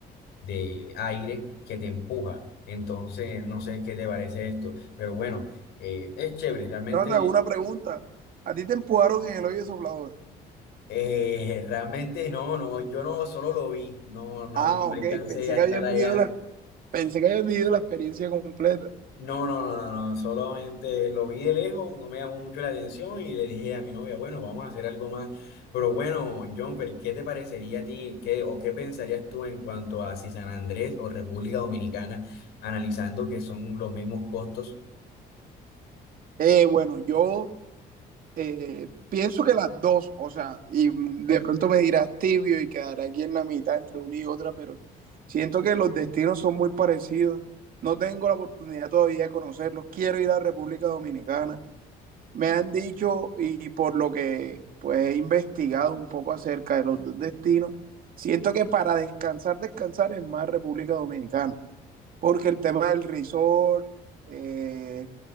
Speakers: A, on the left; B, on the right.
A: de aire que te empuja. Entonces, no sé qué te parece esto, pero bueno eh, es chévere, realmente
B: Trata, una pregunta. ¿A ti te empujaron en el hoyo soplador?
A: Eh, realmente no, no, yo no solo lo vi, no, no,
B: Ah,
A: no
B: ok,
A: alcancé
B: pensé
A: a
B: que
A: estar
B: habías
A: allá.
B: vivido la, pensé que habías vivido la experiencia completa.
A: No, no, no, no, no, solamente lo vi de lejos, no me llamó mucho la atención y le dije a mi novia, bueno, vamos a hacer algo más. Pero bueno, Jonfer, ¿qué te parecería a ti, qué, o qué pensarías tú en cuanto a si San Andrés o República Dominicana, analizando que son los mismos costos?
B: Eh, bueno, yo eh, pienso que las dos, o sea, y mm, de pronto me dirás tibio y quedaré aquí en la mitad entre una y otra, pero siento que los destinos son muy parecidos. No tengo la oportunidad todavía de conocerlos. Quiero ir a República Dominicana. Me han dicho y por lo que pues he investigado un poco acerca de los dos destinos, siento que para descansar, descansar es más República Dominicana. porque el tema del resort eh,